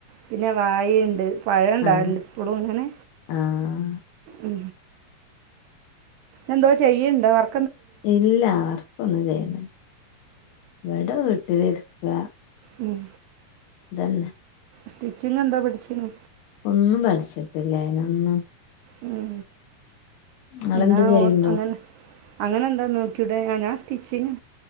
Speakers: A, on the right; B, on the left.
A: പിന്നെ വായ ഉണ്ട് പഴം ഉണ്ടാവും
B: ആഹ്
A: എപ്പഴും ഇങ്ങനെ
B: ആഹ്
A: ഉ എന്തോ ചെയ്യാണ്ടോ വർ
B: ഇല്ല വർക്ക് ഒന്നും ചെയ്യണില്ല ഇവിടെ വീട്ടിലിരിക്കുക
A: ഉം
B: അതെന്നെ
A: സ്റ്റിച്ചിങ് എന്തോ പഠിച്ചീണോ
B: ഒന്നും പഠിച്ചിട്ടില്ല അനൊന്നും
A: ഉ
B: നിങ്ങളെന്ത്
A: എന്നാ
B: ചെയ്യണ്ടോ
A: അങ്ങനെ അങ്ങനെ എന്തോ നോക്കിടേ ഞ്ഞോ ഞാൻ സ്റ്റിച്ചിങ്